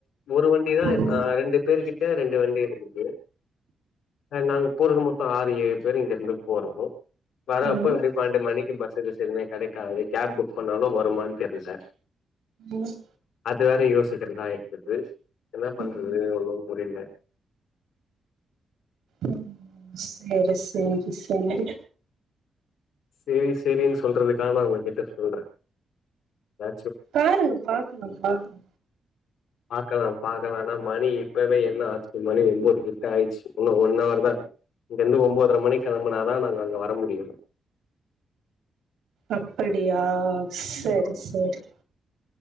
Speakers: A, on the left; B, on the right.
A: ஒரு வண்டிதா
B: ம்
A: ஆ ரெண்டு பேரு கிட்ட ரெண்டு வண்டி இருக்குது அ நாங்க போறது மொத்த ஆறு ஏழு பேர் இங்கருந்து போறோ வர
B: ம்
A: அப்ப எப்டி பன்னன்டு மணிக்கு பஸ்ஸு கிஸ்ஸு எதுமே கெடக்காது கேப் புக் பண்ணாலு வருமான் தெர்ல
B: ம்
A: அது வேற யோ சுக்கிட்டுதா இருக்குது என்ன பண்றது
B: ம்
A: ஒன்னு புரில
B: ம் சேரி சேரி சேரி
A: சேரி சேரின் சொல்றதுக்கா நா உங்க கிட்ட சொல்றெ அ
B: பாருங்க பாக்லா பாக்லா
A: பாக்கலா பாக்கலான்னா மணி இப்பவே என்ன ஆச்சு மணி ஒம்பொது கிட்ட ஆயிச்சு இன்னு ஒன் அவர் தா இருக்கு இங்கர்ந்து ஒம்போதர மணி கெளம்புனாதா நாங்க அங்க வர முடியு
B: அப்படியா சேரி
A: ஆமா
B: சேரி